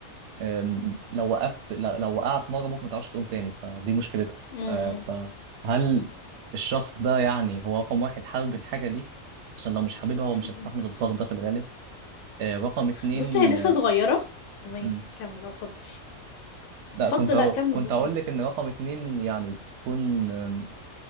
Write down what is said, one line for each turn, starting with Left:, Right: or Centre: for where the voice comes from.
Right: أم، لو وقفت لو لو وقعت مره ممكن ما تعرفش تقوم تاني فدي مشكلتها
Left: أمم،
Right: أه، فهل الشخص ده يعني هو رقم واحد حابب الحاجه دي عشان لو مش حاببها هو
Left: فعلا
Right: مش هيستحمل الضغط ده في الغالب أه، رقم اتنين
Left: بص هي لسه
Right: أه،
Left: صغيرة تمام
Right: مم.
Left: كمل آه، اتفضل
Right: لا
Left: اتفضل
Right: كنت هقو-
Left: لا كمل
Right: كنت
Left: وخلاص.
Right: هقول لك ان رقم اتنين يعني تكون أم،